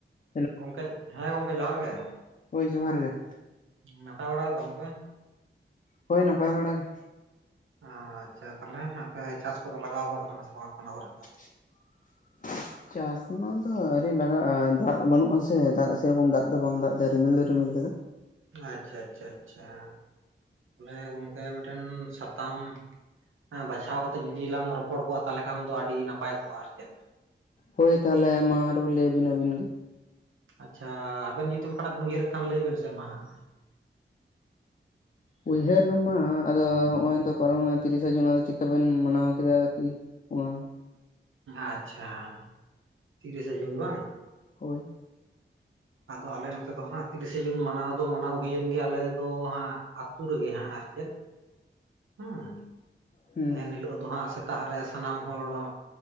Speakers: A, on the left; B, on the right.
A: ᱟ <unintelligible>
B: ᱜᱚᱝᱠᱮ ᱦᱮᱸ ᱜᱚᱝᱠᱮ ᱡᱚᱦᱟᱨ ᱜᱮ᱾
A: ᱦᱳᱭ ᱡᱚᱦᱟᱨ ᱜᱮ᱾
B: ᱱᱟᱯᱟᱭ ᱵᱟᱲᱟᱟᱜ ᱜᱮ ᱛᱚ ᱜᱚᱝᱠᱮ᱾
A: ᱦᱳᱭ ᱱᱟᱯᱟᱭ ᱵᱟᱲᱟ ᱜᱮ᱾
B: ᱟᱪᱪᱷᱟ ᱛᱟᱦᱞᱮ ᱟᱯᱮ ᱪᱟᱥ ᱠᱚᱫᱚ ᱞᱟᱜᱟᱣ ᱜᱚᱫ ᱠᱟᱱᱟ ᱥᱮ ᱵᱟᱝ ᱟᱯᱮ ᱚᱱᱟ ᱠᱚᱨᱮ ᱫᱚ᱾
A: <unintelligible> ᱪᱟᱥ ᱨᱮᱱᱟᱜ ᱫᱚ ᱟᱣᱨᱤ ᱞᱟᱜᱟᱜᱼᱟ ᱫᱟᱜ ᱵᱟᱹᱱᱩᱜᱼᱟ ᱥᱮ ᱫᱟᱜ ᱥᱮᱨᱚᱠᱚᱢ ᱫᱟᱜ ᱫᱚ ᱵᱟᱝ ᱫᱟᱜ ᱮᱫᱟ ᱨᱤᱢᱤᱞ ᱫᱚ ᱨᱤᱢᱤᱞ ᱠᱟᱫᱟ᱾
B: ᱟᱪᱪᱷᱟ ᱟᱪᱪᱷᱟ ᱟᱪᱪᱷᱟ ᱛᱟᱦᱚᱞᱮ ᱜᱚᱝᱠᱮ ᱢᱤᱫᱴᱮᱱ ᱥᱟᱛᱟᱢ ᱦᱮ ᱵᱟᱪᱷᱟᱣ ᱠᱟᱛᱮᱜ ᱡᱩᱚᱫᱤ ᱞᱟᱝ ᱨᱚᱯᱚᱲ ᱠᱚᱜᱼᱟ ᱛᱟᱦᱚᱞᱮ ᱠᱷᱟᱱ ᱫᱚ ᱟᱹᱰᱤ ᱱᱟᱯᱟᱭ ᱠᱚᱜᱼᱟ ᱟᱨ ᱪᱮᱫ᱾
A: ᱦᱳᱭ ᱛᱟᱦᱚᱞᱮ ᱢᱟ ᱟᱨᱚ ᱞᱟᱹᱭᱵᱤᱱ ᱟᱹᱵᱤᱱ ᱜᱮ᱾
B: ᱟᱪᱪᱷᱟ ᱟᱵᱮᱱ ᱡᱩᱫᱤ ᱚᱱᱠᱟᱱᱟᱜ ᱵᱤᱱ ᱩᱭᱦᱟᱹᱨᱮᱫ ᱠᱷᱟᱱ ᱞᱟᱹᱭ ᱵᱮᱱ ᱥᱮ ᱢᱟ ᱦᱟᱸᱜ᱾
A: ᱩᱭᱦᱟᱹᱨ ᱢᱟ ᱟᱫᱚ ᱦᱚᱜᱚᱭ ᱛᱚ ᱯᱟᱨᱚᱢᱮᱱᱟ ᱛᱤᱨᱤᱥᱟ ᱡᱩᱱ ᱟᱫᱚ ᱪᱤᱠᱟᱹ ᱵᱮᱱ ᱢᱟᱱᱟᱣ ᱠᱮᱫᱟ ᱟᱨᱠᱤ ᱚ-
B: ᱟᱪᱪᱷᱟ ᱛᱤᱨᱤᱥᱟ ᱡᱩᱱ ᱵᱟᱝ
A: ᱦᱳᱭ᱾
B: ᱟᱫᱚ ᱟᱞᱮ ᱱᱚᱛᱮ ᱫᱚ ᱦᱟᱸᱜ ᱛᱤᱨᱤᱥᱮ ᱡᱩᱱ ᱢᱟᱱᱟᱣ ᱫᱚ ᱢᱟᱱᱟᱣ ᱦᱩᱭᱮᱱ ᱜᱮᱭᱟ ᱟᱞᱮ ᱫᱚ ᱦᱟᱸᱜ ᱟᱹᱛᱩ ᱨᱮᱜᱮ ᱦᱟᱸᱜ ᱟᱨ ᱪᱮᱫ ᱦᱩᱸ
A: ᱦᱩᱸ
B: ᱮᱱᱦᱤᱞᱳᱜ ᱫᱚ ᱦᱸᱟᱜ ᱥᱮᱛᱟᱜ ᱨᱮ ᱥᱟᱱᱟᱢ ᱦᱚᱲ ᱩ